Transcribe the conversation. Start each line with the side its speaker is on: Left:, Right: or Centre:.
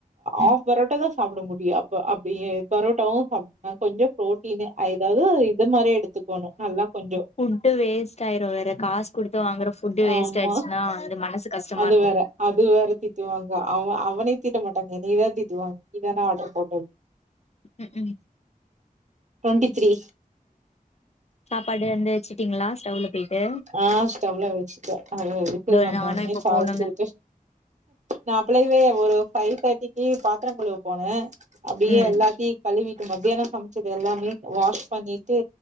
Left: ம்
Right: ஆப் பரோட்ட தான் சாப்பிட முடியும் அப்ப அப்டி பரோட்டாவும் சப்ப கொஞ்சம் பரோட் <unintelligible> அதாது இந்தமாரி எடுத்துக்கணும் நல்லா கொஞ்சம்
Left: ஃபுட்டு வேஸ்ட் ஆயிரு வேற காசு குடுத்து வாங்குற ஃபுட்டு வேஸ்ட்
Right: ஆமா
Left: ஆயிடுச்சுன்னா அது மனசு கஷ்டமா
Right: அது
Left: இருக்கு
Right: வேற அது வேற திட்டுவாங்க அவ அவனயும் தீட்ட மாட்டாங்க எனயதான் தீட்டுவாங்க நீ தானே ஆர்டர் போட்ட
Left: உஹம் உம்
Right: டொன்டி த்ரி
Left: சாப்பாடு வந்து வச்சுட்டீங்களா ஸ்டவ்ல போயிட்டு
Right: ஆஹ் ஸ்டவ்ல வச்சுட்டேன் அ விசில்
Left: இதோ
Right: வந்தோடனே
Left: நானு இப்போ
Right: பால்
Left: போனுங்க
Right: காச்சுக்கிட்டு நான்ப்பிள்ளவே ஒரு ஃபைவ் தேர்ட்டிக்கு பாத்திரம் கழுவ போனே அப்டியே
Left: ம்
Right: எல்லாத்தையும் கழுவிட் மத்தியானம் சமச்சது எல்லாமே வாஷ் பண்ணிட்டு